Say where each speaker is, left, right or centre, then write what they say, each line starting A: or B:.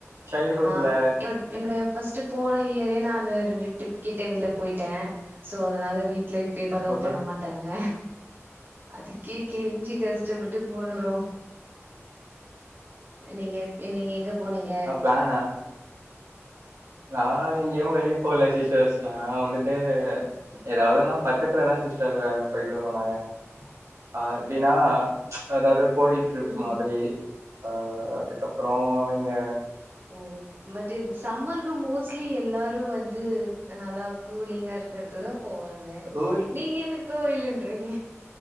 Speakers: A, on the right; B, on the right.
A: சைல்ட்ஹுட்ல
B: ஆம் என்னோட என்னோடைய ஃபர்ஸ்ட் போன இயரே நா அந்த ரெண்டு ட்ரிப் கிட்ட வெளியே போயிட்ட சோ அதனால வீட்ல இப்ப அலவ்
A: ஓகே
B: பண்ண மாட்டாங்க அதுக்கே கெஞ்சி கஷ் டப்பட்டு போன ப்ரோ நீங்கப் நீங்க எங்க போனீங்க
A: நானா நா எங்கயு வெளிய போல சிஸ்டர்ஸ் நா வந்துட்டு ஏதாவதுன்னா பக்கத்துலதா சிஸ்டர் போயிட்டு வருவோ நாங்க ஆ எப்டினா அதாது கோயில் ட்ரிப்
B: ம்
A: மாதிரி ஆ அதுக்கப்றோ இங்க
B: ஓ பட் இந்த சம்மருக்கு மோஸ்ட்லி எல்லாரு வந்து நல்லா கூலிங்கா இருக் பாத்து போவாங்க
A: ஊட்
B: நீங்க என்ன கோவில்ன்றீங்க